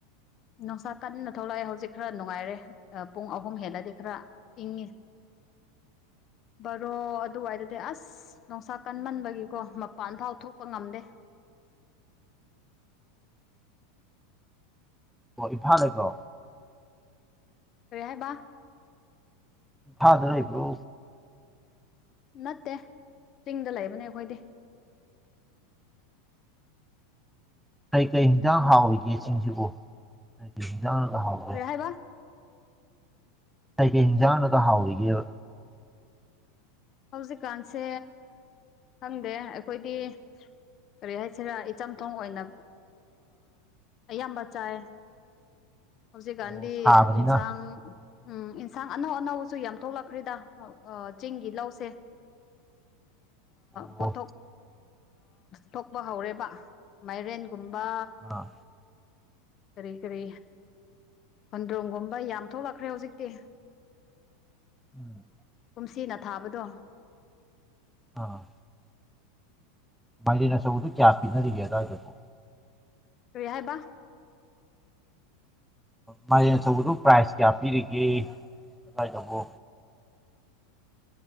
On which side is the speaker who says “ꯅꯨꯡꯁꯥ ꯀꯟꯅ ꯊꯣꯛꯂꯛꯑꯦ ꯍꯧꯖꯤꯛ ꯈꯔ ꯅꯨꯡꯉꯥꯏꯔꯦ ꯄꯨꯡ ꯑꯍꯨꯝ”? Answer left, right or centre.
Left